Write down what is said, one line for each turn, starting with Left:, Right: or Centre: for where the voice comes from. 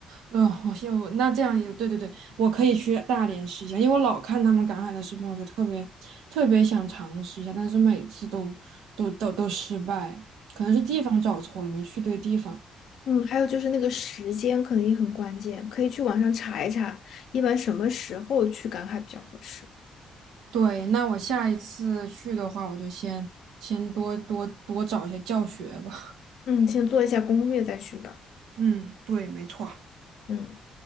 Right: 呃，我羡我那这样也对对对，我可以去大连试一下，因为我老看他们赶海的视频，我就特别特别想尝试一下，但是每次都都都都失败，可能是地方找错了，没去对地方。
Left: 嗯，还有就是那个时间可能也很关键，可以去网上查一查，一般什么时候去赶海比较合适。
Right: 对，那我下一次去的话，我就先先多多多找一些教学吧。
Left: 嗯，先做一下攻略再去吧。
Right: 嗯，对，没错。
Left: 嗯。